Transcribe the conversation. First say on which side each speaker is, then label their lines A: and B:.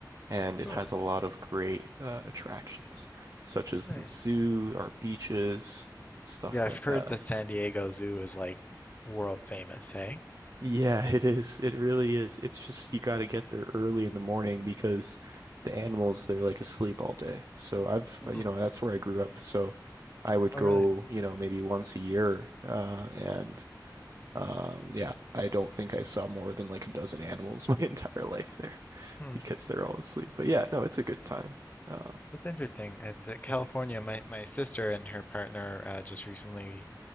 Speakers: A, on the right (about 50°); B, on the left (about 20°).
A: and it
B: Cool.
A: has a lot of great uh, attractions, such as
B: Nice.
A: the zoo, our beaches, stuff
B: Yeah, I've
A: like
B: heard
A: that.
B: the San Diego Zoo is like world famous, hey?
A: Yeah, it is. It really is. It's just you got to get there early in the morning because the animals they're like asleep all day. So I've
B: Mhm.
A: you know that's where I grew up. So I would
B: Oh,
A: go
B: really?
A: you know maybe once a year, uh, and uh, yeah, I don't think I saw more than like a dozen animals <laughs> my entire life there
B: Hmm.
A: because they're all asleep. But yeah, no, it's a good time. Um,
B: That's interesting. It's uh, California. My my sister and her partner uh, just recently,